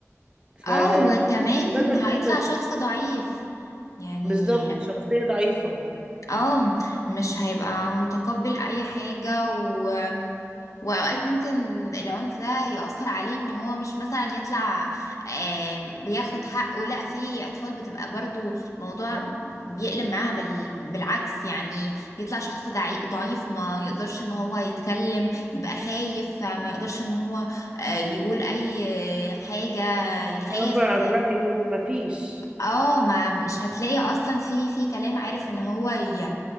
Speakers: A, on the right; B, on the left.
A: فبالنا
B: اه وكمان
A: النسخة
B: هيطلع
A: دي
B: شخص ضعيف يعني
A: بالظبط شخصية ضعيفة
B: اه مش هيبقى متقبل اي حاجة و... واوقات ممكن العنف ده يأثر عليه ان هو مش مثلا يطلع آم، بياخد حقه لا في اطفال بتبقى برضو موضوع بيقلب معاها بال... بالعكس يعني يطلع شخص دعي... ضعيف ما يقدرش ان هو يتكلم يبقى خايف ما يقدرش ان هو آه، يقول اي حاجة يخاف
A: يعبر عن رأيه مفيش
B: اه ما مش هتلاقي اصلا في في كلام عارف ان هو ي...